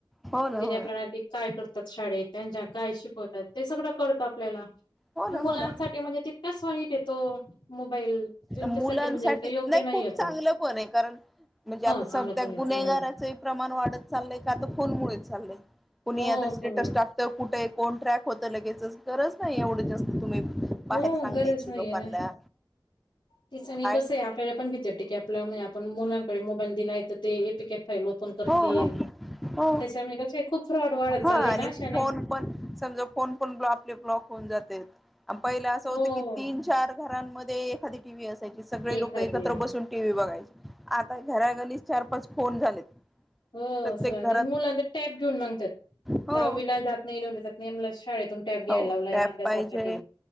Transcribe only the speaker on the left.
जिने
आपल्याला
ते काय करतात शाळेत, त्यांच्या काय शिकवतात ते सगळं करत आपल्याला
पण मुलांसाठी
म्हणजे तितकच सोई देतो मोबाईल तेच्यासाठी
म्हणजे योग्य नाही
अत.
चांगला
पण आहे
चांगला वेळ
हो
पण वेळ
हम
गरज नाही
ये ना, तिच मी
कस ये आप त्याची पण भिती वाटती की आपला आपण मुलांकडे मोबाईल दिला ये तर ते A P K file open करतील,
त्याच्या मुळेच खूप फ्रॉड वाढ
चालय
ना अशाने.
हो.
एखादे
हो
सगळं
मुला टॅप घेऊन मंगतात,
दहावीला जात नाही नवविला जात नेमल शाळेतून टॅप घ्यायला
लावलाय
अभ्यासासाठी